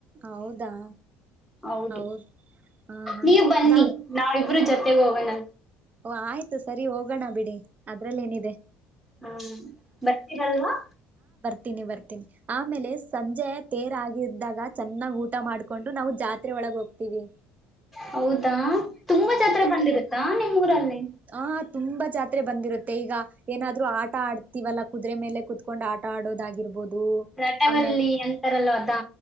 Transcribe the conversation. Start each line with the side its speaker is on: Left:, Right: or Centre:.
Right: ಹೌದಾ
Centre: ಹೌದು
Right: ಹೌದ ಹಾ ಹಾ
Centre: ನೀವು ಬನ್ನಿ
Right: ನಾ
Centre: ನಾವಿಬ್ರೂ ಜೊತೆಗ್ ತೆಗೋಣ
Right: ಓ ಆಯಿತು ಸರಿ ಹೋಗಣ ಬಿಡಿ ಅದರಲ್ಲೇನಿದೆ
Centre: ಹಾ ಬರ್ತೀರಲ್ವಾ
Right: ಟಿನಿ ಬರ್ತಿನಿ ಆಮೇಲೆ ಸಂಜೆ ತೆರಗಿದ್ದಾಗ ಈ ಚೆನ್ನಾಗ್ ಊಟ ಮಾಡ್ಕೊಂಡು ನಾವು ಜಾತ್ರೆ ಒಳಗ ಹೋಗ್ತಿೀವಿ
Centre: ಹೌದಾ ತುಂಬಾ ಜಾತ್ರೆ ಬಂದಿರುತ್ತಾ ನಿಮ್ ಊರಲ್ಲಿ
Right: ಆ ತುಂಬಾ ಜಾತ್ರೆ ಬಂದಿರುತ್ತೆ ಈಗ ಏನಾದ್ರು ಆಟ ಆಡ್ತಿೀವಲ್ಲ ಕುದುರೆ ಮೇಲೆ ಕುೂತ್ಕೊಂಡು ಆಟ ಆಡೋದಾಗಿರ್ಬೋದು
Centre: ರಟವಲ್ಲಿ
Right: ಆಮೇ
Centre: ಎಂತಾರಲ್ಲ ಅದಾ